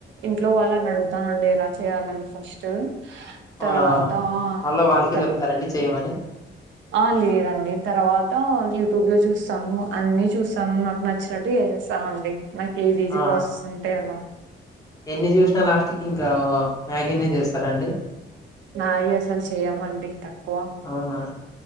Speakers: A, on the right; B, on the left.
A: ఇంట్లో వాళ్ళనడుగుతానండి ఎలా చేయాలని ఫస్టు
B: అవునా
A: తర్వాత
B: మళ్ళా వాళ్ళకే
A: త
B: చెప్తారండి చేయమని
A: ఆ లేదండి తర్వాత యూటుబ్ లో చూస్తాను అన్ని చూస్తాను నాక్ నచ్చినట్టు ఏసేస్తా అండి నాక్ ఏది ఈజీ
B: ఆ
A: ప్రాసెస్ ఉంటే అలా
B: ఎన్ని చూసినా లాస్ట్ కి ఇంకా మ్యాగీనే చేస్తారా అండి
A: మాగి అసల్ చేయమండి తక్కువ
B: అవున